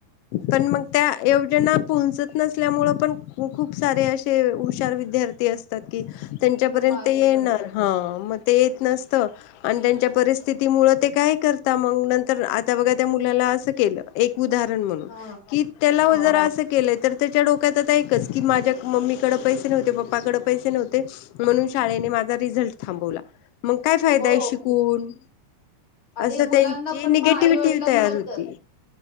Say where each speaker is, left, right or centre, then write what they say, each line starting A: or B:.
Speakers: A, on the left (about 85°); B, on the left (about 45°).
A: पण मग त्या योजना पोहचत नसल्यामुळे पण खूप सारे असे हुशार विद्यार्थी असतात कि त्यांच्यापर्यंत
B: मागे
A: ते येणार
B: पडतात
A: हा मग ते येत नसत आणि त्यांच्या परिस्थिती मुळ ते काय करता मग नंतर आता बघा त्या मुलाला असं केलं एक उदाहरण म्हणून
B: ह
A: की त्याला
B: हो
A: व जरा असं केलं तर त्याच्या डोक्यात आता एकच की माझ्या मम्मीकडं पैसे नव्हते पप्पाकडं पैसे नव्हते म्हणून शाळेने माझा रिझल्ट थांबवला मग काय फायदा
B: हो
A: आहे शिकून
B: आणि
A: असं
B: मुलांना
A: त्यांची
B: पण
A: निगेटिव्हटी
B: मग आई वडिलांबद्दल
A: तयार होती